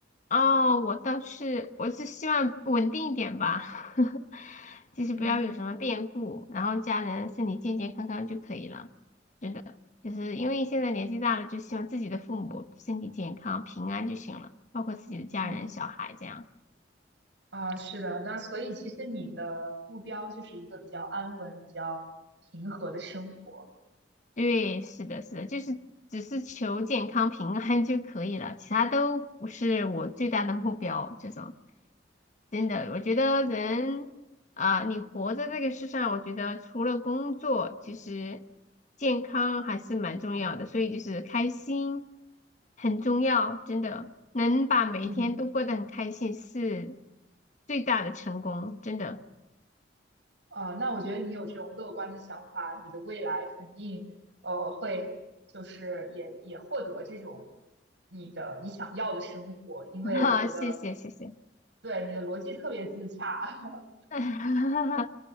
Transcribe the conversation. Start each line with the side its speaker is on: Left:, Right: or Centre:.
Left: 哦，我倒是，我是希望稳定一点吧，<laughs> 就是不要有什么变故，
Right: 嗯
Left: 然后家人身体健健康康就可以了。是的，就是因为现在年纪大了，就希望自己的父母身体健康、平安就行了，包括自己的家人、
Right: 嗯，
Left: 小孩这样。
Right: 啊，是的，那所以其实你的目标就是一个比较安稳、比较平和的生活。
Left: 对，是的，是的，就是只是求健康平安就可以了，其他都不是我最大的目标。这种真的，我觉得人啊，你活在这个世上，我觉得除了工作，其实健康还是蛮重要的，所以就是开心很重要，真的能把每一天都过得很开心是
Right: 嗯。
Left: 最大的成功，真的。
Right: 啊、那我觉得你有这种乐观的想法，你的未来肯定呃会就是也也获得这种你的你想要的生活，因为我觉得
Left: <laughs> 啊，谢谢，谢谢。
Right: 对你的逻辑特别自洽。<laughs>
Left: <laughs>